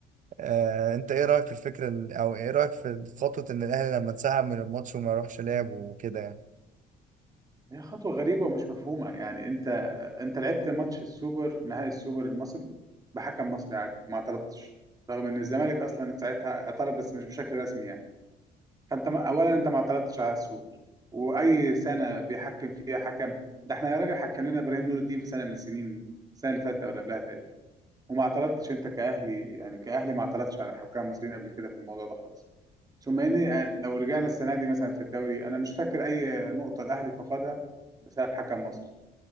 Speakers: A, on the right; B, on the right.
A: آه، انت ايه رايك في الفكره ال- او ايه رايك في خطوه ان الاهلي لما انسحب من الماتش وما يروحش لعب وكده يعني
B: هي خطوه غريبه ومش مفهومه يعني انت انت لعبت ماتش السوبر نهائي السوبر المصري بحكم مصري عادي وما اعترضتش رغم ان الزمالك اصلا ساعتها اعترض بس مش بشكل رسمي يعني فانت ما- اولا انت ما اعترضتش على السوبر واي سنه بيحكم فيها حكم ده احنا يا راجل حكم لنا ابراهيم نور الدين في سنه من السنين السنه اللي فاتت او اللي قبلها تقريبا وما اعترضتش انت كاهلي يعني كاهلي ما اعترضتش على الحكام المصريين قبل كده في الموضوع ده خالص ثم اني آه، لو رجعنا السنه دي مثلا في الدوري انا مش فاكر اي نقطه الاهلي فقدها بسبب حكم مصري